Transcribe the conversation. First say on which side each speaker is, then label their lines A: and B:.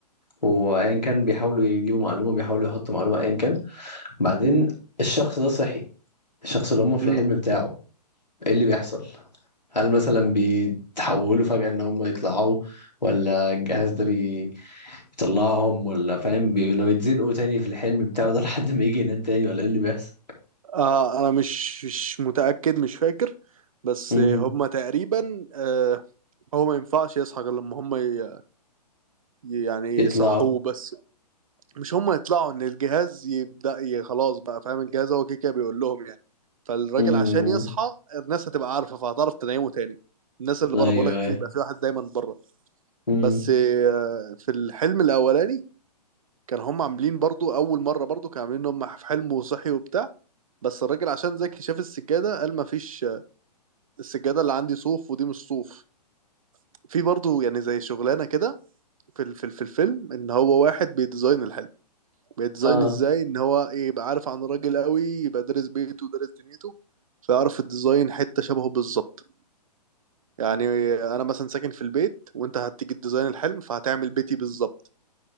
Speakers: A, on the left; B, on the right.
A: وايا كان بيحاولوا يجيبوا معلومه بيحاولوا يحطوا معلومه ايا كان بعدين
B: مم.
A: الشخص ده صحي الشخص اللي هم في
B: مم.
A: الحلم بتاعه ايه اللي بيحصل هل مثلا بيتحولوا فجأة ان هم يطلعوا ولا الجهاز ده بيطلعهم ولا فاهم بي... ولا بيتزنقوا تاني في الحلم بتاعه ده لحد ما يجي ينام تاني ولا ايه اللي بيحصل
B: آه انا مش مش متاكد مش فاكر بس
A: امم
B: هم تقريبا آه هو ما ينفعش يصحى غير لما هم ي... يعني
A: يطلعوا
B: يصحوه بس مش هم يطلعوا ان الجهاز يبدا ي- خلاص بقى فاهم الجهاز هو كده كده بيقول لهم يعني فالراجل
A: امم
B: عشان يصحى الناس هتبقى عارفه فهتعرف تنيمه تاني الناس اللي
A: ايوه
B: بره بقول لك
A: ايوه
B: في بقى في واحد دايما بره
A: امم
B: بس آه، في الحلم الاولاني كان هم عاملين برضو اول مره برضو كانوا عاملين ان هم في حلم وصحي وبتاع بس الراجل عشان ذكي شاف السجاده قال ما فيش آه، السجاده اللي عندي صوف ودي مش صوف في برضو يعني زي شغلانه كده في ال- في ال- في الفيلم ان هو واحد بيديزاين الحلم بيتزاين
A: اه
B: ازاي ان هو ايه يبقى عارف عن الراجل قوي يبقى دارس بيته ودارس دنيته فيعرف الديزاين حتة شبهه بالظبط يعني انا مثلا ساكن في البيت وانت هتيجي تديزاين الحلم فهتعمل بيتي بالظبط